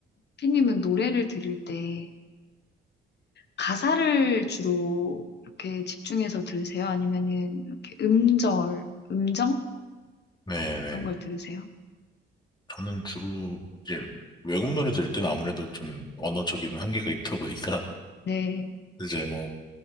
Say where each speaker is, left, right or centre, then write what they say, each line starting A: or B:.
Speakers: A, on the left; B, on the left.
A: 피님은 노래를 들을 때 가사를 주로 이렇게 집중해서 들으세요? 아니면은 이렇게 음절, 음정?
B: 네네.
A: 그런 걸 들으세요?
B: 저는 주로 이제 외국 노래 들을 때는 아무래도 좀 언어적인 한계가 있다 보니까
A: 네,
B: 이제 뭐